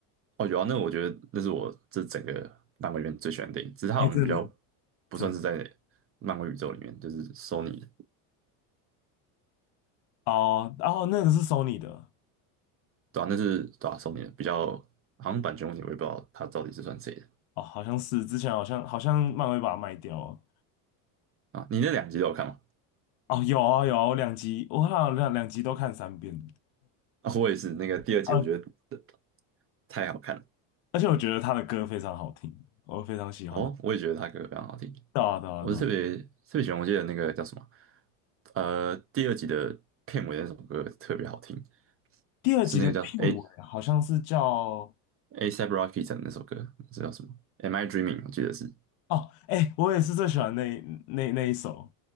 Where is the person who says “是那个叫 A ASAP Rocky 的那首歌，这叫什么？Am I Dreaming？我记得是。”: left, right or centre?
Right